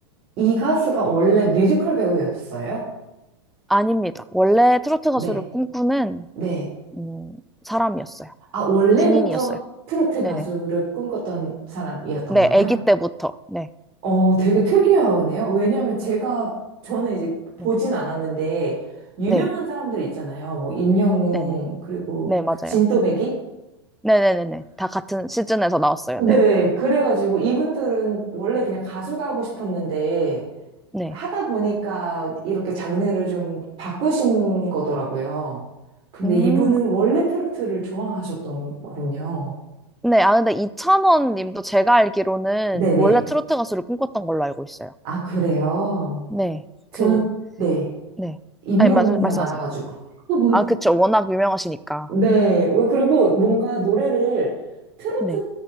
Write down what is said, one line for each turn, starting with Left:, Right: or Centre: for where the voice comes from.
Right: 이 가수가 원래 뮤지컬 배우였어요?
Centre: 아닙니다. 원래 트로트
Right: 네.
Centre: 가수를 꿈꾸는,
Right: 네.
Centre: 음, 사람이었어요.
Right: 아, 원래부터
Centre: 군인이었어요.
Right: 트로트
Centre: 네네.
Right: 가수를 꿈꿨던 사람이었던
Centre: 네,
Right: 거예요?
Centre: 아기 때부터. 네,
Right: 어, 되게 특이하네요. 왜냐하면 제가, 저는 이제 보진
Centre: 네,
Right: 않았는데, 유명한
Centre: 네,
Right: 사람들 있잖아요. 뭐, 임영웅,
Centre: 네, 네,
Right: 그리고
Centre: 네, 맞아요.
Right: 그 진또배기?
Centre: 네, 네, 네, 네, 다 같은 시즌에서 나왔어요. 네,
Right: 네, 그래가지고 이분들은 원래 그냥 가수가 하고 싶었는데
Centre: 네,
Right: 하다 보니까 이렇게 장르를 좀 바꾸신 거더라고요. 근데
Centre: 음,
Right: 이분은 원래 트로트를 좋아하셨던 거군요.
Centre: 네, 아 근데 이찬원 님도 제가 알기로는
Right: 네네.
Centre: 원래 트로트 가수를 꿈꿨던 걸로 알고 있어요.
Right: 아, 그래요?
Centre: 네,
Right: 저는,
Centre: 그,
Right: 네.
Centre: 네,
Right: 임영웅만
Centre: 아니 말, 말씀하세요.
Right: 알아가지고. <laughs>
Centre: 아, 그쵸, 워낙 유명하시니까.
Right: 네. 왜, 그리고 뭔가 노래를 트로트,
Centre: 네,